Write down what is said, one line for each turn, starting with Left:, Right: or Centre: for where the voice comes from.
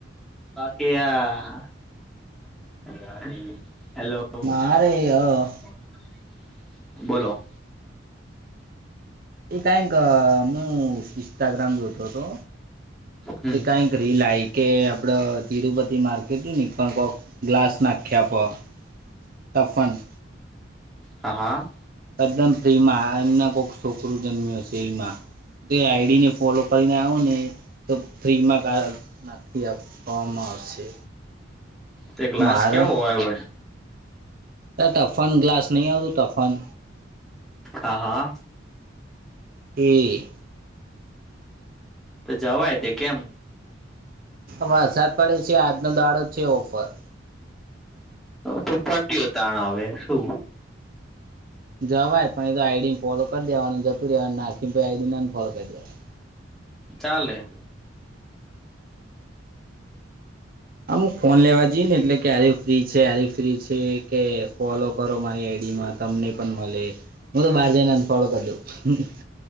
Centre: બાકી આ <unintelligible> હેલો.
Right: મારે
Centre: <unintelligible>
Right: હ
Centre: બોલો.
Right: એ કઈક આમનું ઇન્સ્ટાગ્રામ જોતો હતો તો
Centre: હમ
Right: તે કઈક રીલા આઈ કે આપડ તિરુપતિ માર્કેટ ની <unintelligible> કોક ગ્લાસ નાખ્યા આપો. <unintelligible>
Centre: હા હા.
Right: એકદમ ફ્રી માં એમના કોક છોકરું જન્મ્યો હશે એમાં. તે આઈડી ને ફોલો કરીને આવો ને તો ફ્રીમાં <unintelligible> તે આપવામાં આવશે.
Centre: તે ગ્લાસ
Right: મારે
Centre: કેવો હોય ભાઈ.
Right: તા ટફન ગ્લાસ નહીં આવ તો ટફન.
Centre: હા હા.
Right: એ
Centre: તો જવાય તે કેમ
Right: વરસાદ પડે છે આજનો દાડો છે ઓફર.
Centre: તો પટ્યો તાણ હવે શું.
Right: જવાય પણ એ તો આઈડીને ફોલો કરી દેવાનું જતું રહેેવાનું નાખીને આઈડીને ફોલો કરી દેવાનું.
Centre: ચાલે.
Right: આમુક ફોન લેવા જઈએ ને એટલે કે આરી ફ્રી છે એરી ફ્રી છે કે ફોલો કરો મારી આઈડીમાં તમને પણ મળે હું તો બહાર જઈને અનફોલો કરી દઉં હામ હામ.